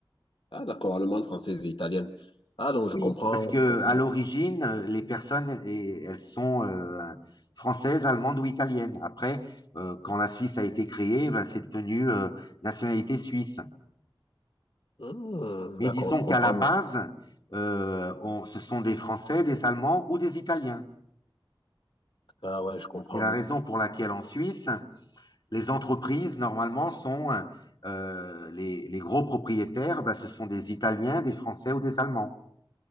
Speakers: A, on the left; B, on the left.
A: Ah, d'accord. Allemande, française et italienne. Ah, donc, je
B: Oui,
A: comprends.
B: parce que
A: Je comprends.
B: à l'origine, euh, les personnes, eh, elles sont euh, françaises, allemandes ou italiennes. Après, euh, quand la Suisse a été créée, ben, c'est devenu euh, nationalité suisse.
A: Hmm,
B: Mais
A: d'accord,
B: disons
A: je comprends
B: qu'à la base,
A: mieux.
B: euh, on- ce sont des Français, des Allemands ou des Italiens.
A: Ah, ouais, je comprends
B: C'est la
A: mieux.
B: raison pour laquelle en Suisse, les entreprises, normalement, sont euh, les, les gros propriétaires, ben, ce sont des Italiens, des Français ou des Allemands.